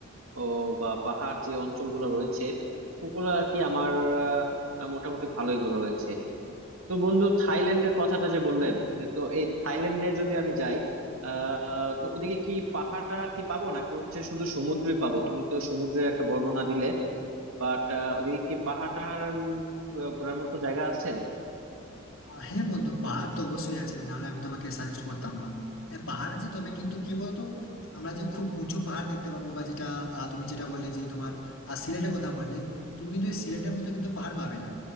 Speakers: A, on the right (about 85°); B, on the left (about 80°).
A: ও বা পাহাড় যে অঞ্চলগুলো রয়েছে ওগুলো আর কি আমার আহ, মোটামুটি ভালোই ঘোরা হয়েছে তো বন্ধু থাইল্যান্ডের কথাটা যে বললে তো এই থাইল্যান্ডে যদি আমি যাই আহ তো ওদিকে কি পাহাড় টাহাড় কি পাবো নাকি হচ্ছে শুধু সমুদ্রই পাবো তুমি তো সমুদ্রের একটা বর্ণনা দিলে বাট ওদিকে কি পাহাড় টাহাড় উম, ঘোরার মতো জায়গা আছে
B: আহ, হ্যাঁ বন্ধু পাহাড় তো অবশ্যই আছে নাহলে আমি তোমাকে সাজেস্ট করতাম না হ্যাঁ পাহাড় আছে তবে কিন্তু কি বলতো আমরা যে খুব উঁচু পাহাড় দেখতে পাবো বা যেটা আহ, তুমি যেটা বললে যে তোমার আহ, সিলেটের কথা বললে তুমি কিন্তু এই সিলেটের মতো কিন্তু পাহাড় পাবে না